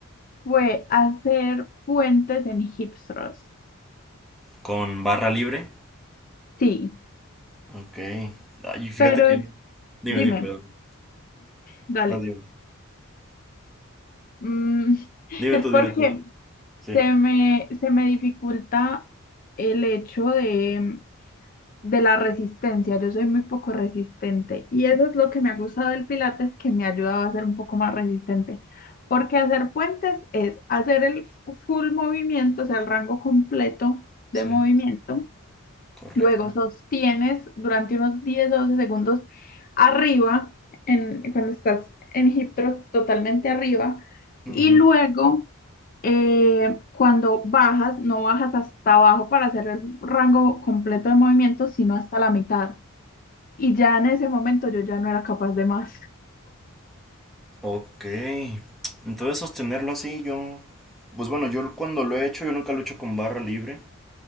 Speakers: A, on the left; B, in the centre.
A: fue hacer puentes en hip thrust.
B: Con barra libre.
A: Sí,
B: Ok. Ay, fíjate
A: pero
B: quién.
A: es-
B: Dime,
A: dime,
B: dime, perdón.
A: dale.
B: No, dime.
A: Mm, <laughs>
B: Dime
A: es
B: tú,
A: porque
B: dime tú. Sí.
A: Se me, se me dificulta el hecho de, de la resistencia. Yo soy muy poco resistente y eso es lo que me ha gustado del Pilates, que me ayudaba a ser un poco más resistente. Porque hacer puentes es hacer el fu- full movimiento, o sea, el rango completo
B: Sí.
A: de movimiento.
B: Correcto.
A: Luego sostienes durante unos 10 o 12 segundos arriba, en, cuando estás en hip thrust totalmente arriba.
B: Ujú.
A: Y luego eh, cuando bajas, no bajas hasta abajo para hacer el rango completo de movimiento, sino hasta la mitad. Y ya en ese momento yo ya no era capaz de más.
B: Ok. Entonces sostenerlo así, yo... Pues bueno, yo cuando lo he hecho, yo nunca lo he hecho con barra libre.